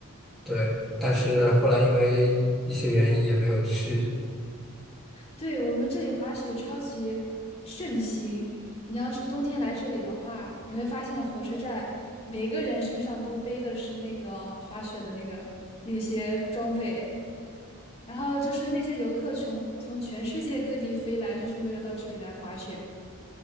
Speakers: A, in the centre; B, on the left.
A: 对，但是后来因为一些原因也没有去。
B: 对，我们这里滑雪超级盛行。你要是冬天来这里的话，你会发现火车站每个人身上都背的是那个滑雪的那个那些装备。然后就是那些游客从从全世界各地飞来，就是为了到这里来滑雪